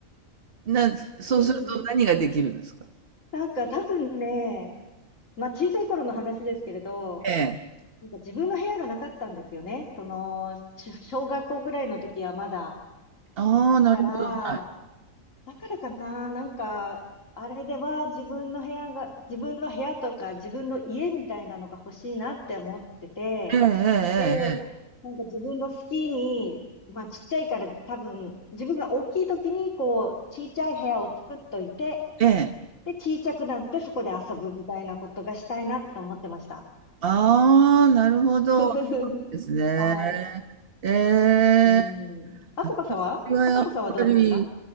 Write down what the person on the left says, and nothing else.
<laughs> なんか多分ね、まあ小さい頃の話ですけれど、
なんか自分の部屋がなかったんですよね。その、ち小学校ぐらいの時はまだ。
だから、
だからかな、なんか、あれでは自分の部屋が、自分の部屋とか自分の家みたいなのが欲しいなって思ってて、
で、なんか自分の好きに、まあちっちゃいから多分、自分が大きい時にこう、ちちゃい部屋を作っといて、
で、ちいちゃくなってそこで遊ぶみたいなことがしたいなって思ってました。
<laughs>
はい。
うん。あさこさんはあさこさんはどうですか